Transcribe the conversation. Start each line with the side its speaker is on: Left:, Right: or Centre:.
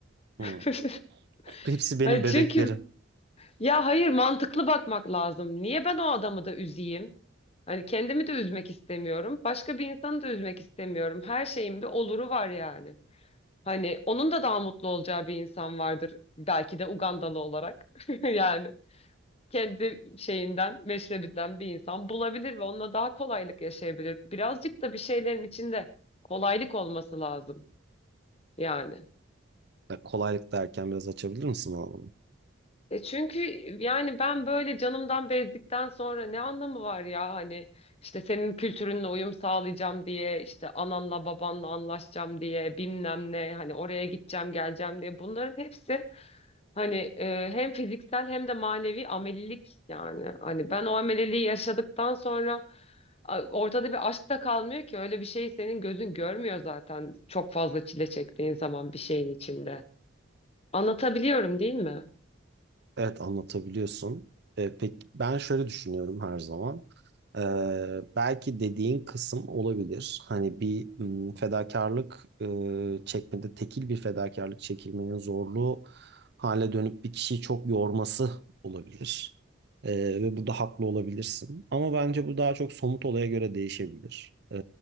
Right: Hmm.
Left: <laughs>
Right: Hepsi benim
Left: Hani
Right: bebeklerim.
Left: çünkü ya hayır mantıklı bakmak lazım. Niye ben o adamı da üzeyim? Hani kendimi de üzmek istemiyorum. Başka bir insanı da üzmek istemiyorum. Her şeyin bir oluru var yani. Hani onun da daha mutlu olacağı bir insan vardır. Belki de Ugandalı olarak. <laughs> Yani kendi şeyinden, meşrebinden bir insan bulabilir ve onunla daha kolaylık yaşayabilir. Birazcık da bir şeylerin içinde kolaylık olması lazım yani.
Right: Ya kolaylık derken biraz açabilir misin bana bunu?
Left: E çünkü yani ben böyle canımdan bezdikten sonra ne anlamı var ya hani işte senin kültürünle uyum sağlayacağım diye işte ananla babanla anlaşacağım diye bilmem ne hani oraya gideceğim geleceğim diye bunların hepsi hani e, hem fiziksel hem de manevi amelilik yani hani ben o ameliliği yaşadıktan sonra a, ortada bir aşk da kalmıyor ki öyle bir şeyi senin gözün görmüyor zaten çok fazla çile çektiğin zaman bir şeyin içinde anlatabiliyorum değil mi?
Right: Evet anlatabiliyorsun. E, peki ben şöyle düşünüyorum her zaman. E, belki dediğin kısım olabilir. Hani bir m, fedakarlık e, çekmede tekil bir fedakarlık çekilmenin zorluğu hale dönüp bir kişiyi çok yorması olabilir. E, ve burada haklı olabilirsin. Ama bence bu daha çok somut olaya göre değişebilir. E,